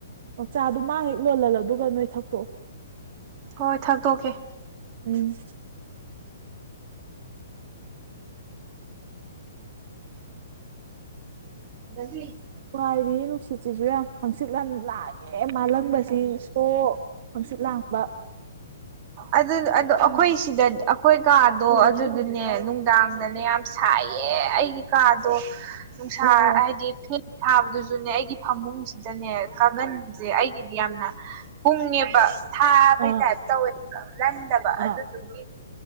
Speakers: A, on the right (about 35°); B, on the right (about 20°).
A: ꯑꯣ ꯆꯥꯗꯣ ꯃꯥ ꯍꯦꯛ ꯂꯣꯜꯍꯜꯂꯣ ꯑꯗꯨꯒ ꯅꯣꯏ ꯊꯛꯇꯣꯛꯑꯣ
B: ꯍꯣꯏ ꯊꯛꯇꯣꯛꯀꯦ
A: ꯎꯝ
B: <unintelligible>
A: ꯅꯨꯡꯉꯥꯏꯔꯤ ꯅꯨꯡꯁꯤꯠꯁꯤꯁꯨ ꯌꯥꯝ ꯍꯪꯆꯤꯠ ꯌꯥꯝ ꯂꯥꯡ ꯑꯦ ꯃꯥꯜꯂꯪꯕꯁꯤ ꯁꯣ ꯍꯪꯆꯤꯠ ꯂꯥꯡꯕ
B: ꯑꯗꯨꯅꯦ ꯑꯗꯨ ꯑꯩꯈꯣꯏ ꯁꯤꯗ ꯑꯩꯈꯣꯏ ꯀꯥꯗꯣ ꯑꯗꯨꯗꯨꯅꯦ ꯅꯨꯡꯗꯥꯡꯗꯅꯦ ꯌꯥꯝ ꯁꯥꯏꯌꯦ ꯑꯩꯒꯤ ꯀꯥꯗꯣ ꯅꯨꯡꯁꯥ
A: ꯑꯣ ꯑꯣ
B: ꯍꯥꯏꯗꯤ ꯐ ꯊꯥꯕꯗꯨꯁꯨꯅꯦ ꯑꯩꯒꯤ ꯐꯃꯨꯡꯁꯤꯗꯅꯦ ꯀꯥꯡꯒꯟ ꯁꯦ ꯑꯩꯒꯤꯗꯤ ꯌꯥꯝꯅ ꯍꯨꯡꯉꯦꯕ ꯊꯥꯕꯩ
A: ꯑꯥ
B: ꯇꯥꯏꯞ ꯇꯧꯋꯦꯕ ꯂꯟꯗꯕ
A: ꯑꯥ
B: ꯑꯗꯨꯗꯨꯒꯤ